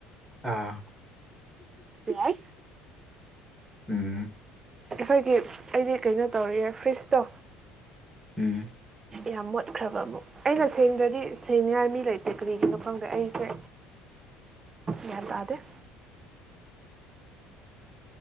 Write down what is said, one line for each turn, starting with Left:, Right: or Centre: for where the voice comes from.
Centre: ꯑꯥ
Right: ꯌꯥꯏ
Centre: ꯎꯝ
Right: ꯑꯈꯣꯏꯒꯤ ꯑꯩꯗꯤ ꯀꯩꯅꯣ ꯇꯧꯔꯤꯌꯦ ꯐ꯭ꯔꯤꯖꯇꯣ
Centre: ꯎꯝ
Right: ꯌꯥꯝ ꯃꯣꯠꯈ꯭ꯔꯕ ꯑꯃꯨꯛ ꯑꯩꯅ ꯁꯦꯡꯗ꯭ꯔꯗꯤ ꯁꯦꯡꯅꯤꯉꯥꯏ ꯃꯤ ꯂꯩꯇꯦ ꯀꯔꯤꯒꯤꯅꯣ ꯈꯪꯗꯦ ꯑꯩꯁꯦ ꯒ꯭ꯌꯥꯟ ꯇꯥꯗꯦ